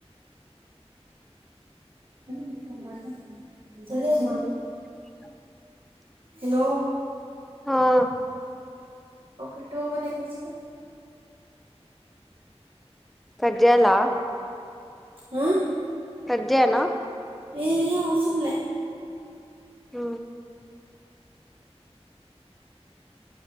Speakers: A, on the right; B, in the centre.
A: నీతో మాట్లాడుతాద సరే అమ్మ
B: <unintelligible>
A: హలో
B: అహా
A: ఒక టో రెన్స్
B: కట్ చేయాల
A: <inaudible>
B: కట్ చేయనా
A: ఏది అవసరం లే
B: ఆ